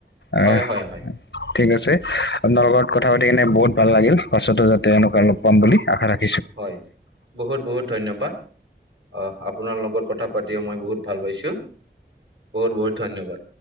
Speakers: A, on the left; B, on the right.
A: আহ
B: হয় হয় হয়।
A: ঠিক আছে আপোনাৰ লগত কথা পাতি কিনে বহুত ভাল লাগিল, পাছতো যাতে এনেকুৱা লগ পাম বুলি আশা ৰাখিলোঁ।
B: হয় বহুত বহুত ধন্যবাদ। অ আপোনাৰ লগত কথা পাতিও মই বহুত ভাল পাইছো। বহুত বহুত ধন্যবাদ।